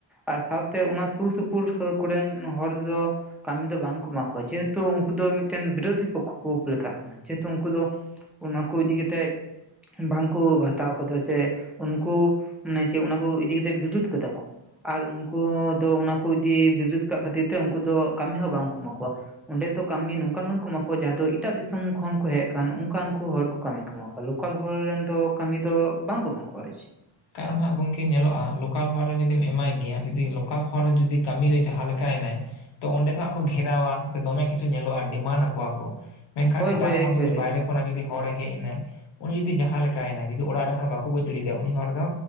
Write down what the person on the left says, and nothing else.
ᱠᱟᱨᱚᱱ ᱦᱟᱸᱜ ᱜᱚᱢᱠᱮ ᱧᱮᱞᱚᱜᱼᱟ ᱞᱳᱠᱟᱞ ᱦᱚᱨ ᱨᱮᱱ ᱡᱩᱫᱤᱢ ᱮᱢᱟᱭ ᱜᱮᱭᱟ ᱡᱩᱫᱤ ᱞᱳᱠᱟᱞ ᱦᱚᱲ ᱡᱩᱫᱤ ᱠᱟᱹᱢᱤᱨᱮ ᱡᱟᱦᱟᱸ ᱞᱮᱠᱟᱭᱱᱟᱭ ᱛᱚ ᱚᱸᱰᱮ ᱫᱚ ᱦᱟᱸᱜ ᱠᱚ ᱜᱷᱮᱨᱟᱣᱟ ᱥᱮ ᱫᱚᱢᱮ ᱠᱤᱪᱷᱩ ᱧᱮᱞᱚᱜᱼᱟ ᱰᱤᱢᱟᱱᱰ ᱟᱠᱚᱣᱟ ᱠᱚ, ᱢᱮᱱᱠᱷᱟᱱ
ᱮᱴᱟᱜ
ᱦᱚᱲ
ᱡᱩᱫᱤ ᱵᱟᱭᱨᱮ ᱠᱷᱚᱱᱟᱜ ᱡᱩᱫᱤ ᱦᱚᱲᱮ ᱦᱮᱡ ᱮᱱᱟᱭ ᱩᱱᱤ ᱡᱩᱫᱤ ᱡᱟᱦᱟᱸ ᱞᱮᱠᱟᱭᱱᱟᱭ ᱡᱩᱫᱤ ᱚᱲᱟᱜ ᱨᱮᱱ ᱦᱚᱲ ᱵᱟᱠᱚ ᱵᱩᱡᱽ ᱫᱟᱲᱮᱭᱟᱫᱮᱭᱟ ᱩᱱᱤ ᱦᱚᱲ ᱫᱚ